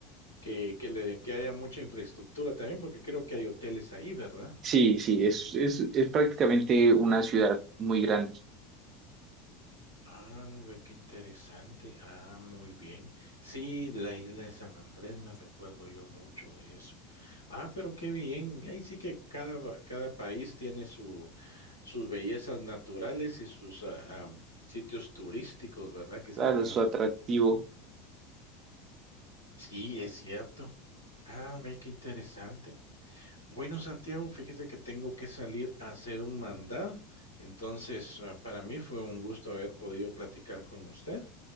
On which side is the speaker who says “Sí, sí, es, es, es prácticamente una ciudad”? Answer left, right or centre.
Right